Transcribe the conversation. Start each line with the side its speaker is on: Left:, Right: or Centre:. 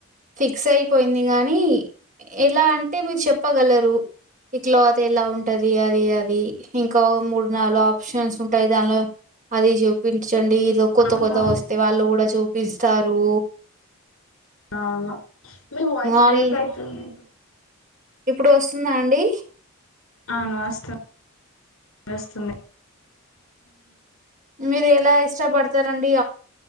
Right: ఫిక్స్ అయిపోయింది గానీ ఎల అంటే మీరు చెప్పగలరు ఇక్లో అత ఎలా ఉంటది అది అది ఇంకా ఒక మూడు నాలుగు ఆప్షన్స్ ఉంటాయి దాన్లో అది చూపించండి ఇదో కొత్త
Left: అవును
Right: కొత్త వస్తే వాళ్ళు కూడ చూపిస్తారు
Left: అ మీ వాయిస్
Right: ఆల్
Left: బ్రేక్ అయితుంది
Right: ఇప్పుడు వస్తుంద అండి
Left: అవును వస్తుంది వస్తుంది
Right: మీరు ఎలా ఇష్టపడతారండి